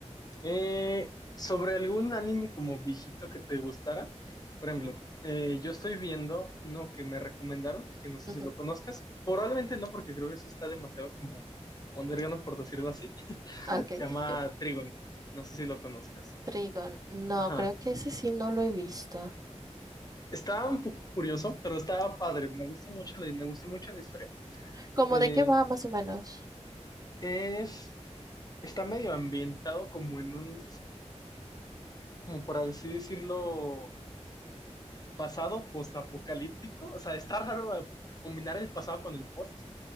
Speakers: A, on the left; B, on the right.
A: Eh, sobre algún anime como viejito que te gustara, por ejemplo, eh, yo estoy viendo uno que me recomendaron, que no sé
B: Ujú,
A: si lo conozcas. Probablemente no, porque creo que sí está demasiado como underground, por decirlo así.
B: Ok,
A: Se
B: <laughs>
A: llama Trigon. No sé si lo conozcas.
B: Trigon, no,
A: Ajá.
B: creo que ese sí no lo he visto.
A: Estaba un poco curioso, pero estaba padre. Me gusta mucho la, me gustó mucho la historia.
B: ¿Cómo
A: Eh,
B: de qué va más o menos?
A: es, está medio ambientado como en un, como por así decirlo, pasado postapocalíptico. O sea, está raro eh, combinar el pasado con el post,